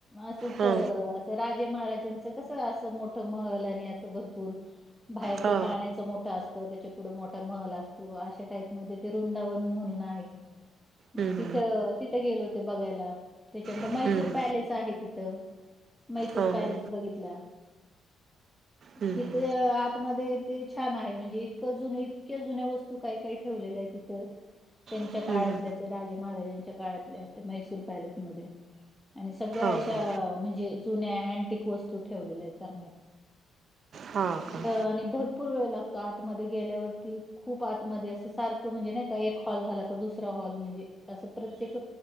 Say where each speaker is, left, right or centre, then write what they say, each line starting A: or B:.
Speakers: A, in the centre; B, on the right (about 55°).
A: असंच
B: हा
A: अस राजे महाराजे त्यांच कस अस मोठ महल आणि असं भरपूर बाहेर
B: हा
A: ते पाण्याच मोठं असत त्याच्या पुढे मोठा महल असतो अशा टाईप मध्ये ते वृंदावन म्हणून आहे म
B: हम्म
A: तीथ तीथ गेल होतो बघायला त्याच्यानंतर
B: हम्म
A: मैसूर पॅलेस आहे तिथ मैसूर
B: हम्म हम्म
A: पॅलेस
B: हम्म
A: बघितला
B: हम्म
A: तिथे आतमध्ये ते छान आहे म्हणजे इतकं जुन्या इतक्या जुन्या वस्तू काय काय ठेवलेल्या आहेत तिथ त्यांच्या
B: हम्म
A: काळातल्या
B: हम्म
A: ते राजे महाराजांच्या काळातल्या मैसूर पॅलेसमध्येध्ये आणि सगळ्या
B: हम्म हो
A: अशा
B: का
A: म्हणजे जुन्या अंटिक वस्तू ठेवलेल्या आहेत चांगल्या
B: हा का
A: आणि भरपूर वेळ लागतो आतमध्ये गेल्यावरती खूप आतमध्ये असं सारखं म्हणजे नाही का एक हॉल झाला का दुसरा हॉल म्हणजे असं प्रत्येक